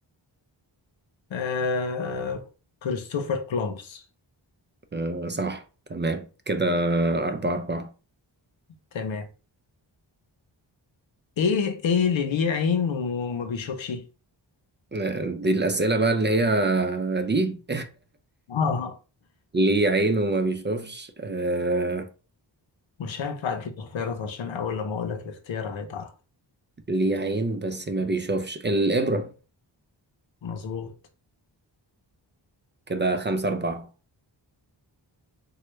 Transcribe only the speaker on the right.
آه صح تمام كده أربعة أربعة
آه، دي الأسئلة بقى اللي هي دي
<laughs> ليه عين وما بيشوفش آه...
ليه عين بس ما بيشوفش الإبرة
كده خمسة أربعة